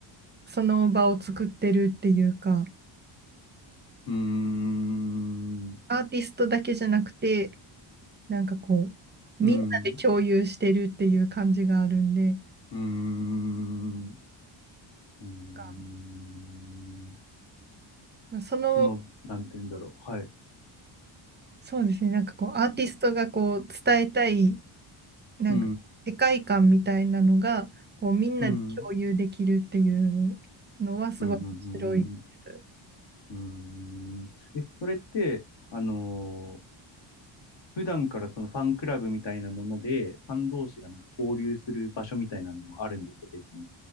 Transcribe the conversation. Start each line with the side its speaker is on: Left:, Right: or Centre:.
Right: う、その場を作ってるっていうか、
Left: ーん。う
Right: アーティストだけじゃなくて、なんかこう、
Left: ーん。
Right: みんなで共有してるっていう感じがあるんで、
Left: うーん。うーん
Right: がまあその、
Left: その、なんて言うんだろう。はい。
Right: そうですね、なんかこう、アーティストがこう、
Left: う
Right: 伝えたい、なんか世界観みたいなのが、
Left: ん。
Right: こう、みんなで共有できるっていうのはすごい面白いです。
Left: うん。うん。うん。うん。うんえ、それって、あのー普段からそのファンクラブみたいなもので、ファン同士がなんか交流する場所みたいなのもあるんですか、別に。